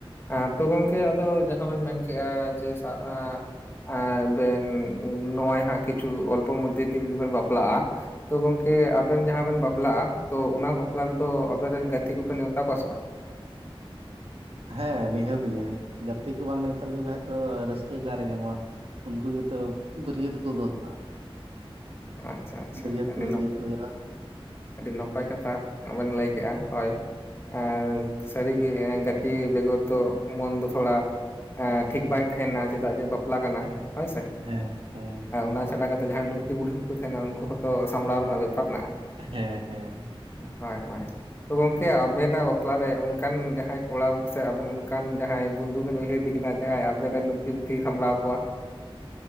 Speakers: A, on the left; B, on the right.
A: ᱦᱮᱸ ᱛᱚ ᱜᱚᱢᱠᱮ ᱟᱫᱚ ᱡᱟᱦᱟᱸ ᱵᱚᱱ ᱢᱮᱱ ᱠᱮᱜ-ᱟ ᱡᱮ ᱥᱟ ᱮᱸᱸ ᱵᱮᱱ ᱱᱚᱜ-ᱚᱭ ᱦᱟᱸᱜ ᱠᱤᱪᱷᱩ ᱚᱞᱯᱚ ᱢᱚᱫᱽᱫᱷᱮ ᱫᱤᱱᱜᱮᱵᱤᱱ ᱵᱟᱯᱞᱟᱜ-ᱟ᱾ ᱛᱚ ᱜᱚᱝᱠᱮ ᱟᱵᱤᱱ ᱡᱟᱦᱟᱸ ᱵᱤᱱ ᱵᱟᱯᱞᱟᱜ-ᱟ ᱛᱚ ᱚᱱᱟ ᱵᱟᱯᱞᱟ ᱨᱮᱫᱚ ᱟᱵᱤᱱ ᱨᱤᱱ ᱜᱟᱛᱤ ᱠᱚᱵᱤᱱ ᱱᱮᱣᱛᱟ ᱠᱚᱣᱟ ᱥᱮ ᱵᱟᱝ?
B: ᱦᱮᱸ ᱱᱤᱦᱟᱹᱛ ᱜᱮ ᱜᱟᱛᱤ ᱠᱚ ᱵᱟᱝ, ᱱᱮᱣᱛᱟ ᱞᱮᱠᱚ ᱠᱷᱟᱱ ᱫᱚ ᱨᱟᱹᱥᱠᱟ ᱟᱠᱟᱨᱮ ᱧᱟᱢᱚᱜ-ᱟ᱾ ᱩᱱᱠᱩ ᱜᱮᱛᱚ ᱵᱟᱹᱨᱭᱟᱹᱛ ᱠᱚᱫᱚ ᱦᱟᱸᱜ᱾
A: ᱟᱪᱷᱟ ᱟᱪᱷᱟ
B: ᱵᱟᱹᱨᱭᱟᱹᱛ
A: ᱟᱹᱰᱤ
B: ᱠᱚ ᱤᱫᱤ
A: ᱱᱟ
B: ᱠᱚ ᱦᱩᱭᱩᱜᱼᱟ
A: ᱟᱹᱰᱤ ᱱᱟᱯᱟᱭ ᱠᱟᱛᱷᱟ ᱵᱤᱱ ᱞᱟᱹᱭ ᱠᱮᱜ-ᱟ ᱦᱚᱭ ᱟᱨ ᱥᱟᱹᱨᱤᱜᱮ ᱜᱟᱛᱤ ᱵᱮᱜᱚᱨ ᱫᱚ ᱢᱚᱱ ᱫᱚ ᱛᱷᱚᱲᱟ ᱮ ᱴᱷᱤᱠ
B: ᱦᱮᱸ
A: ᱵᱟᱭ ᱛᱟᱦᱮᱱᱟ ᱪᱮᱫᱟᱜ ᱡᱮ ᱵᱟᱯᱞᱟ ᱠᱟᱱᱟ᱾
B: ᱦᱮᱸ
A: ᱦᱚᱭᱥᱮ
B: ᱦᱮᱸ ᱦᱮᱸ
A: ᱚᱱᱟ ᱪᱷᱟᱰᱟ ᱠᱟᱛᱮ ᱡᱟᱦᱟᱸᱭ ᱞᱩᱝᱛᱤ ᱵᱩᱰᱷᱤ ᱠᱚ ᱛᱟᱦᱮᱱᱟ᱾ ᱩᱱᱠᱩ ᱦᱚᱸᱛᱚ ᱥᱟᱢᱵᱽᱲᱟᱣ ᱨᱮᱱᱟᱜ ᱵᱮᱯᱟᱨ ᱢᱮᱱᱟᱜ-ᱟ᱾
B: ᱦᱮᱸ ᱦᱮᱸ᱾
A: ᱦᱳᱭ ᱦᱳᱭ᱾ ᱛᱚ ᱜᱚᱝᱠᱮ ᱟᱵᱮᱱᱟᱜ ᱵᱟᱯᱞᱟᱨᱮ, ᱚᱱᱠᱟᱱ ᱡᱟᱦᱟᱸᱭ ᱠᱚᱲᱟ ᱥᱮ ᱟᱵᱮᱱ ᱚᱱᱠᱟᱱ ᱡᱟᱦᱟᱸᱭ ᱵᱚᱱᱫᱷᱩ ᱵᱮᱱ ᱩᱭᱦᱟᱹᱨ ᱠᱤᱱ ᱟᱜ ᱡᱟᱦᱟᱸᱭ ᱟᱵᱮᱱ ᱨᱮᱱ ᱞᱩᱝᱛᱤ ᱵᱩᱰᱷᱤᱭ ᱥᱟᱢᱵᱲᱟᱣ ᱠᱚᱣᱟ᱾